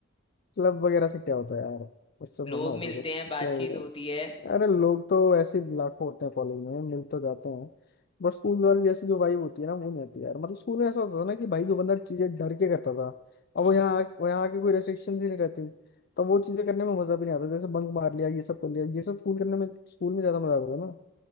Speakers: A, on the left (about 50°); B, on the left (about 30°).
A: क्लब वगैरह से क्या होता है यार उससे थोड़ा
B: लोग
A: ना होता
B: मिलते
A: कुछ
B: हैं बातचीत
A: क्या ही है।
B: होती है
A: अरे लोग तो ऐसे ही लाखों होते हैं कॉलेज में मिल तो जाते हैं बट स्कूल वाली जैसी जो वाइब होती है ना वो नहीं आती यार मतलब स्कूल में ऐसा होता था ना कि भाई जो बंदा चीजें डर के करता था अब
B: हम्म
A: वो यहाँ वो यहाँ के कोई रेस्ट्रिक्शन ही नहीं रहती तो वो चीजें करने में मजा भी नहीं आता जैसे बंक मार लिया ये सब कर लिया ये सब स्कूल करने में स्कूल में ज्यादा मजा आता था ना